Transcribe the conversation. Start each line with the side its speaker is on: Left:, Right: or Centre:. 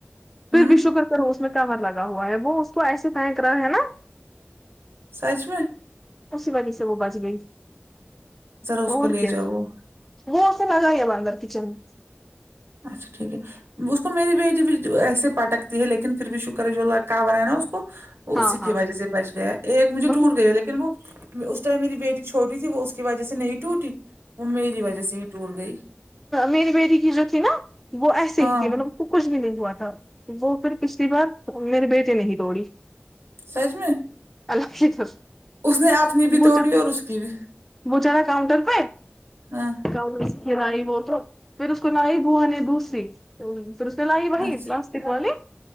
Centre: پھر
Right: ہوں
Centre: بھی شکر کرو اس میں کور لگا ہوا ہے وہ اس کو ایسی فینک رہا ہے نا
Right: سچ میں
Centre: اسی وجہ سے وہ بچ گئی
Right: ذرا اس
Centre: اور
Right: کو لے
Centre: کیا
Right: جاؤ وہ
Centre: وہ اسے لگا ہی اب اندر کچن
Right: اچھا ٹھیک ہے اس کو میری بیٹی بھی ایسے پٹکتی ہے لیکن پھر بھی شکر ہے جو لڑکا بنایا ہے نا اس کو وہ
Centre: ہاں
Right: اسی کی
Centre: ہاں
Right: وجہ سے بچ گیا ایک مجھے
Centre: بہت-
Right: ٹوٹ گئی لیکن وہ اس ٹائم میری بیٹی چھوٹی تھی وہ اس کی وجہ سے نہیں ٹوٹی وہ میری وجہ سے ہی ٹوٹ گئی
Centre: میری بیٹی کی جو تھی نا وہ ایسے
Right: ہاں
Centre: ہی تھی مطلب تو کچھ بھی نہیں ہوا تھا وہ پھر پچھلی بار میرے بیٹے نے توڑی
Right: سچ میں
Centre: اللہ کی قسم
Right: اس نے اپنی بھی توڑی
Centre: وہ چڑھا
Right: اور اس کی بھی
Centre: وہ چڑھا کاؤنٹر پ
Right: ہاں
Centre: کم اسائی وہول تو پھر اس کو لائی بہانے دوسری ہمم پھر اس نے لئی وہی
Right: اچھا
Centre: پلاسٹک والی